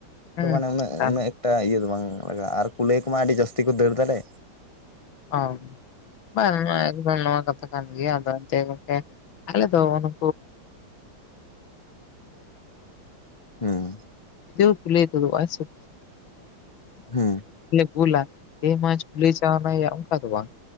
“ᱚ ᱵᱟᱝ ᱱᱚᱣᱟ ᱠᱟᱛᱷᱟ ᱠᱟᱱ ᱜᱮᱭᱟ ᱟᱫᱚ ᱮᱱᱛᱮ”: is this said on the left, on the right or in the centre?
Left